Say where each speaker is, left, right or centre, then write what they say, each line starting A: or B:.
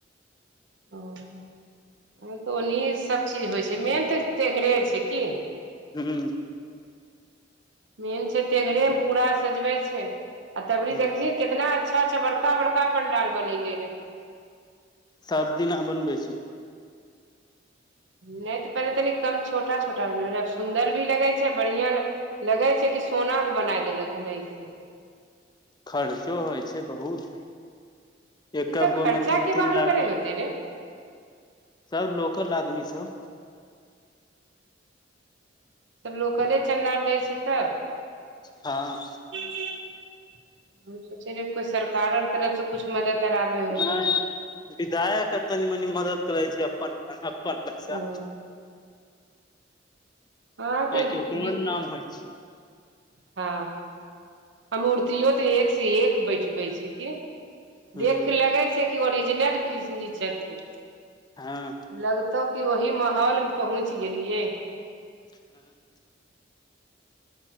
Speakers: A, on the right (about 70°); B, on the left (about 20°).
A: ओ तऽ ओनाहि सभचीज होइ छै मेन तऽ टेघरे छै की
B: हू
A: मेन छै तेघरे मे पूरा सजबै छै आ तबरी
B: ह
A: देखली कितना अच्छा अच्छा बड़का बड़का पंडाल बनेलले रहे
B: सात दिना बन बैसे
A: नहि तऽ पहिले तनि कम छोटा छोटा बनबै रहै आब सुन्दर भी लगै छै बढ़ियां लगे छै कि सोन के बना देलक हन ऐसे
B: खर्चो होइ छै बहुत एकक
A: ई सब
B: गो
A: खर्चा
B: में तीन
A: के
B: तीन
A: बाहन
B: लाख
A: करे होते रे
B: सब लोकल आदमी सब
A: सब लोकले चन्दा र दै छै तब
B: हँ
A: हम सोचे रह कोइ सरकार तरफ से कछु मदद आबे होते
B: नहि विधायक करतानि मनी मदद करै छै अपन अपनन पैसा
A: ओ हँ
B: न
A: तऽ
B: की ओकर
A: बि
B: नाम होइ
A: हँ आ मूर्तो तऽ एक से एक बैठबे छै क
B: छै
A: देख कऽ लगै छै कि ओरिजिनल कृष्णजी छथिन
B: हँ
A: लगतौ की ओही महौल मे पहुँच गेलियै
B: हँ